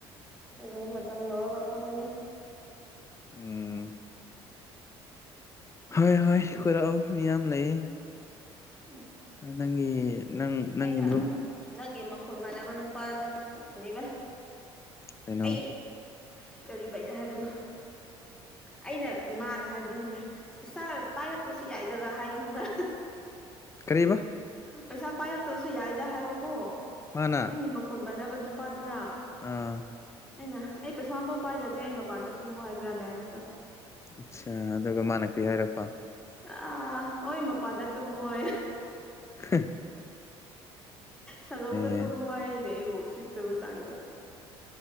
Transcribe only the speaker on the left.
ꯎꯝ ꯍꯣꯏ ꯍꯣꯏ ꯀꯣꯏꯔꯛꯑꯣ ꯃꯤ ꯌꯥꯝ ꯂꯩꯌꯦ
ꯅꯪꯒꯤ ꯅꯪ ꯅꯪꯒꯤ
ꯀꯩꯅꯣ
ꯀꯔꯤꯕ
ꯃꯥꯅ
ꯑꯥ
ꯑꯆꯥ ꯑꯗꯨꯒ ꯃꯥꯅ ꯀꯔꯤ ꯍꯥꯏꯔꯛꯄ
ꯍ
ꯌꯥꯏ